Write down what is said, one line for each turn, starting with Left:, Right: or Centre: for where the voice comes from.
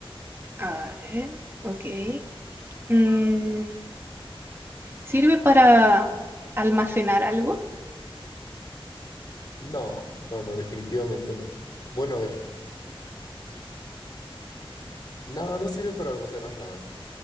Right: A ver, ok. Mm, ¿sirve para almacenar algo?
Left: No, no, no, definitivamente no. Bueno, a ver, no, no sirve para almacenar nada,